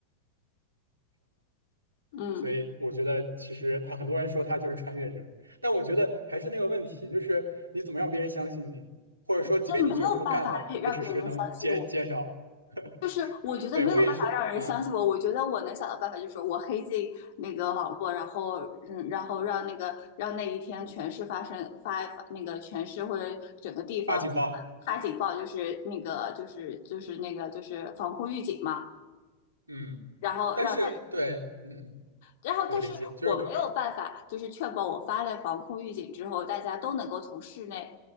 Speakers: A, on the left; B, on the right.
A: 嗯，
B: 所以我觉得其实他很多人说他就是穿越者，但我觉得还是那个问题，就是你怎么让别人相信你，或者说即便你就是这么干了，
A: 就没有办法让别人相信
B: 也只是能减减少。<laughs>
A: 就是我觉得没有办法让人相信我，
B: 对，我跟你说啊，
A: 我觉得我能想到办法就是我黑进那个网络，然后嗯，然后让那个让那一天全市发生发那个全市或者整个地方
B: 发警报。
A: 发警报，就是那个就是就是那个就是防空预警嘛，
B: 嗯，
A: 然后让大
B: 但是对，嗯，
A: 然后但是我没有办法就是确保我发了防空预警之后，
B: 我理解，就是可
A: 大家都能够从室内